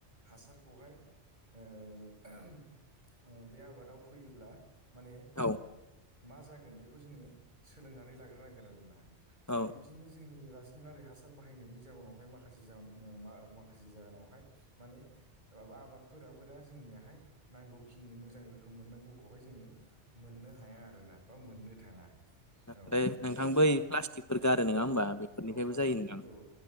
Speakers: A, on the right; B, on the left.
A: हासारखौहाय ओ <unintelligible> ओ बे आबादाव फैयोब्ला माने
B: औ
A: मा जागोन बे खौ‌ जोङो सोलोंनानै लाग्रो नांगोन आरो ना
B: औ
A: बिबदिनो जोंनि रासायना गोन आरो हासार बाहायनायनि जाउनावहाय माखासे जाउन ओ मा-माखासे जाहोनावहाय माने ओ आबाद फोराबो दा जोंनियाहाय नांगौखिनि मोजां रोखोम मोननांगौखौहाय जोङो मोननो हाया आरोना बा मोननो थाङा
B: आरो
A: औ
B: नोंथां बै प्लास्टिकफोर गारो नोङा होमबा बेफोरनिफ्रायबो
A: औ प्लासटिक
B: जायो नोंथां
A: फोर‌ औ